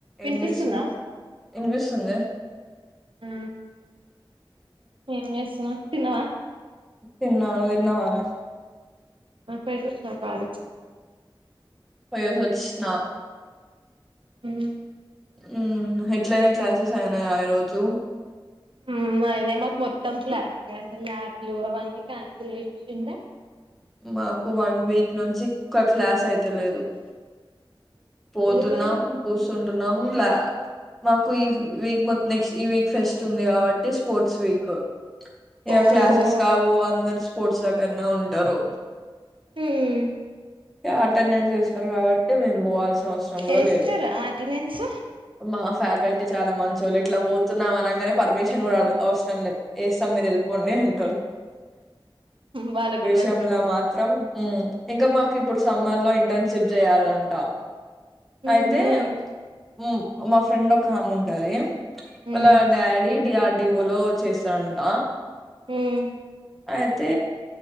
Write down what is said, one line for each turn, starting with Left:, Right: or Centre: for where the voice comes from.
Right: వినిపిస్తుందా
Centre: ఏం చేస్తున్నావు్ ఇనిపిస్తుంది
Right: ఆ ఏం చేస్తున్నావ్ తినవా
Centre: తిన్ నవ్వు తిన్నావా నే
Right: మా పైస స్వా కాలేజీకి
Centre: పోయేసిసొచ్చిన
Right: మ్మ్
Centre: ఉ ఎట్లయినా క్లాసెస్ అయినాయా ఈరోోజు
Right: ఉ అయినా మాకు మొత్తం క్లాస్ అసలు ల్యాబ్లు అవన్నీ క్యాన్సిల్ చేసేసింద
Centre: మాకు వన్ వీక్ నుంచి కట్ క్లాస్ అయితేలేదు పోతున్నాం
Right: ఎందుకని
Centre: కూస్తుం ఉన్నాం లాయా మాకు ఈ వీక్ మొం నెక్స్ట్ ఈ వీక్ ఫెస్ట్ ఉంది కాబట్ టే స్పోర్ట్స్ వక్ ఇగ
Right: ఓహో
Centre: క్లాసెస్ కావు అందరు చే <unintelligible> కన్నా ఉంటారు
Right: మ్మ్
Centre: యా అటెండెన్స్ ఎస్ తరు కాబట్టి మేము పోవాల్సి అవసరం కూడా
Right: ఏస్తరా
Centre: లేదు
Right: అటెండెన్స్
Centre: మా ఫ్యాకల్టీ చాలా మంచోళ్ళ ఇట్లా పోతున్నావ నగానే పర్మిషన్ కూడా అవ్ అవసరం లేదు వేస్తాం మీరు వెళ్లిపోండి అన్
Right: బాలు గుడే రాయి
Centre: జముల మాత్రం ఉ ఇంకా మాకు ఇప్పుడు సమ్మర్ లో ఇంటర్న్షిప్ చేయ్యాలంటా అయితే
Right: ఊహూ
Centre: ఉ మా ఫ్రెండ్ ఒక హామ్మ ఉంటది
Right: మ్మ్
Centre: మళ్లా డాడీ డియాడ డివోలో చేసాఅంట
Right: మ్మ్
Centre: అయితే